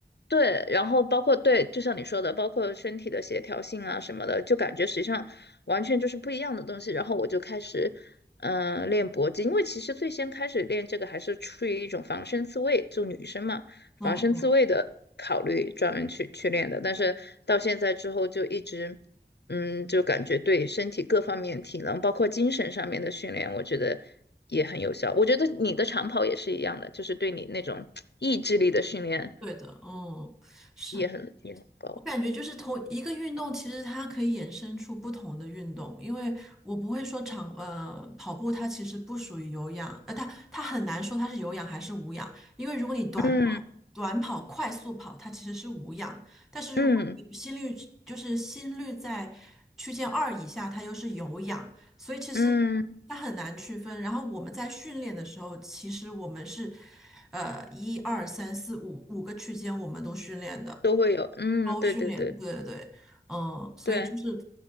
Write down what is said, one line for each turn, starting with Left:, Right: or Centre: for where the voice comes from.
Left: 对，然后包括对，就像你说的，包括身体的协调性啊什么的，就感觉实际上完全就是不一样的东西。然后我就开始，嗯、练搏击，因为其实最先开始练这个还是出于一种防身自卫，就女生嘛，
Centre: 嗯嗯，
Left: 防身自卫的考虑，专门去去练的。但是到现在之后就一直，嗯，就感觉对身体各方面、体能，包括精神上面的训练，我觉得也很有效。我觉得你的长跑也是一样的，就是对你那种意志力的训练。
Centre: 对的，嗯，是。
Left: 也很也很高，
Centre: 我感觉就是同一个运动，其实它可以衍生出不同的运动，因为我不会说长呃跑步，它其实不属于有氧，呃，它它很难说它是有氧还是无氧，因为如果你短跑、
Left: 嗯
Centre: 短跑、快速跑，它其实是无氧，但是如果你心率就是心率在区间二以下，
Left: 嗯
Centre: 它又是有氧，所以其实
Left: 嗯，
Centre: 它很难区分。然后我们在训练的时候，其实我们是，呃，一二三四五五个区间我们都训练的，
Left: 都会有，嗯，
Centre: 都训练，
Left: 对对对
Centre: 对对对，嗯，所以就是
Left: 对，